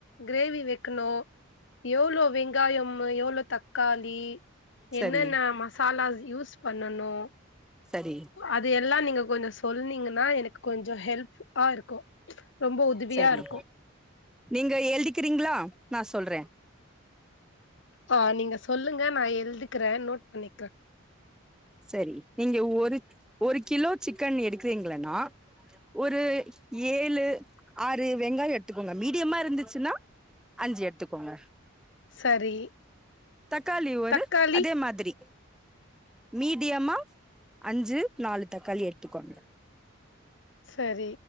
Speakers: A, on the left; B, in the centre.
A: கிரேவி வைக்கணு எவ்ளோ விங் காய மு எவ்ளோ தக் க்காளி
B: சரி
A: என்னென்ன மசாலா யூஸ் பண்ணனு
B: சரி
A: அது எல்லா நீங்க கொஞ்சொ சொன்னீங்கனா எனக்கு கொஞ்சொ ஹெல்ப்பா இருக்கு ரொம்பொ உதவியாருக்கு
B: சரி நீங்க எழுதிக்கிறீங்களா நா சொல்றே
A: ஆ நீங்க சொல்லுங்க நா எள்திக்குறே நோட் பண்ணிக்ற
B: சரி நீங்க ஒரு ஒரு கிலோ சிக்கன் எடுக்றீங்களனா ஒரு ஏழு ஆறு வெங்காயொ எட்த்துக்கோங்க மீடியமா இருந்துச்சுன்னா அஞ்சு எட்த்துக்கோங்க
A: சரி
B: தக்காளி ஒரு
A: தக்காளி
B: அதே மாதிரி மீடியமா அஞ்சு நாலு தக்காளி எட்த்துக்கோங்க
A: சரி